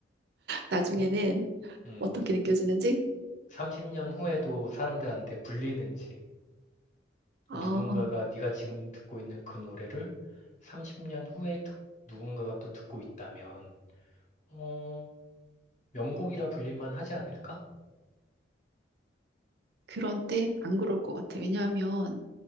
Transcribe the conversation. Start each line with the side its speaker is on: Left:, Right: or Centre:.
Right: 나중에는
Left: 응? 음,
Right: 어떻게 느껴지는지?
Left: 30년 후에도 사람들한테 불리는지,
Right: 아,
Left: 누군가가 네가 지금 듣고 있는 그 노래를 30년 후에 듣- 누군가가 또 듣고 있다면, 어, 명곡이라 불릴만 하지 않을까?
Right: 그런데 안 그럴 것 같아. 왜냐하면